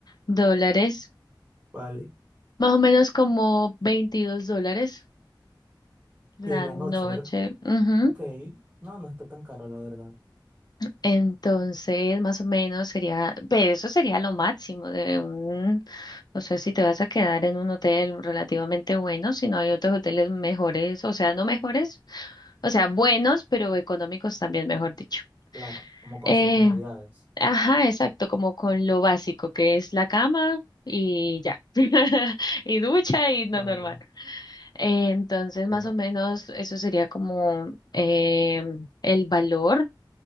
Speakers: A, on the left; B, on the right.
A: dólares,
B: Vale.
A: más o menos como 22 dólares la
B: Que la
A: noche.
B: noche, ¿verdad?
A: Ujú.
B: Ok. No, no está tan caro, la verdad.
A: Entonces, más o menos sería, pero eso sería lo máximo de un, o sea, si te vas a quedar en un hotel relativamente bueno, si no hay otros hoteles mejores, o sea, no mejores, o sea, buenos, pero económicos también, mejor dicho.
B: Claro, como con
A: Eh,
B: sus comodidades.
A: ajá, exacto, como con lo básico, que es la cama y ya, <laughs> y ducha y no
B: Vale,
A: normal. Eh, entonces,
B: claro.
A: más o menos, eso sería como eh, el valor.